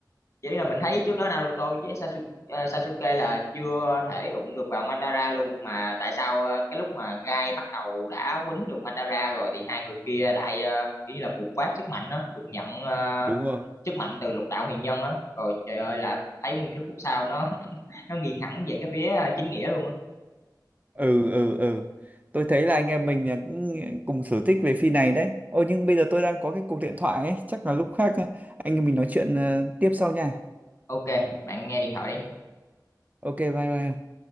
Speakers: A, on the left; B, on the right.
A: Chỉ là mình thấy trước đó Naruto với Sasuke, ờ, Sasuke là chưa thể đụng được vào Madara luôn mà tại sao ờ, cái lúc mà Gai bắt đầu đã quýnh được Madara rồi thì hai người kia lại ờ, kiểu như là bộc phát sức mạnh đó, được nhận ờ,
B: đúng rồi
A: sức mạnh từ lục đạo huyền nhân á. Rồi trời ơi là thấy nguyên cái khúc sau nó <laughs> nó nghiêng hẳn về cái phía ờ, chính nghĩa luôn á.
B: ừ ừ ừ tôi thấy là anh em mình là cũng cùng sở thích về phim này đấy ôi nhưng bây giờ tôi đang có cái cuộc điện thoại ấy chắc là lúc khác ờ, anh em mình nói chuyện ờ, tiếp sau nha
A: Ok, bạn nghe điện thoại đi.
B: ok bye bye